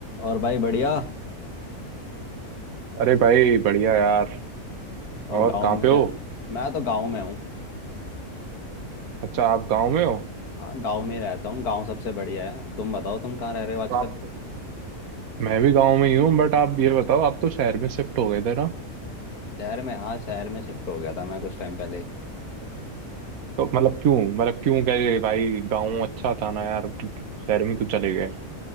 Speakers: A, on the left (about 80°); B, on the right (about 70°).
A: और भाई बढ़िया
B: अरे भाई बढ़िया यार
A: और
B: और
A: गांव
B: कहाँ
A: में
B: पे
A: क्या
B: हो
A: मैं तो गांव में हूँ
B: अच्छा आप गांव में हो
A: हाँ गांव में ही रहता हूँ गांव सबसे बढ़िया है तुम बताओ तुम कहाँ रह रहे हो आजकल
B: तो आप मैं भी गांव में ही हूँ बट आप ये बताओ आप तो शहर में शिफ्ट हो गए थे ना
A: शहर में हाँ शहर में शिफ्ट हो गया था मैं कुछ टाइम पहले
B: तो मतलब क्यों मतलब क्यों गए भाई गांव अच्छा था ना यार शहर में क्यों चले गए